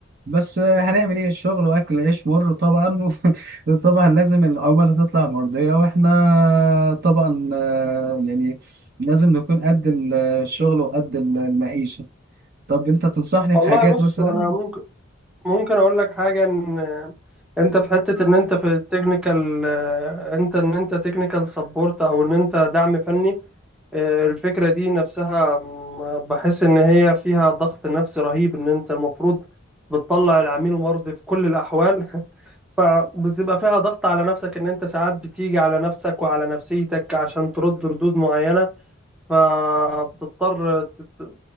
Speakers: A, on the right; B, in the centre.
A: بس آه، هنعمل ايه الشغل واكل عيش مر طبعا <laughs> طبعا لازم العملاء تطلع مرضية واحنا طبعا آه، يعني لازم نكون قد الشغل وقد ال- المعيشة طب انت تنصحني
B: والله
A: بحاجات
B: بص
A: مثلا
B: انا ممكن ممكن اقول لك حاجه ان انت في حته ان انت في التكنيكال انت ان انت تكنيكال سبورت او ان انت دعم فني آه، الفكرة دي نفسها م- بحس إن هي فيها ضغط نفسي رهيب إن أنت المفروض بتطلع العميل مرضي في كل الأحوال <laughs> فبتبقى فيها ضغط على نفسك إن أنت ساعات بتيجي على نفسك وعلى نفسيتك عشان ترد ردود معينة فبتضطر تت...